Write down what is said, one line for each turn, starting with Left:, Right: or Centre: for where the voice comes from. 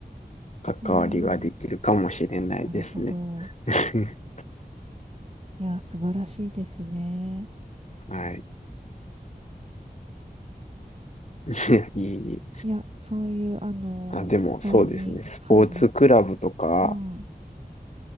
Left: 関わりができるかもしれないですね。
Right: うん。なるほど。
Left: <laughs>
Right: いや、素晴らしいですね。
Left: はい。<laughs> いいい
Right: いや、そういう、あの、
Left: あ、でも、
Right: 実際に、
Left: そうですね。スポーツクラブとか、
Right: はい、もうん、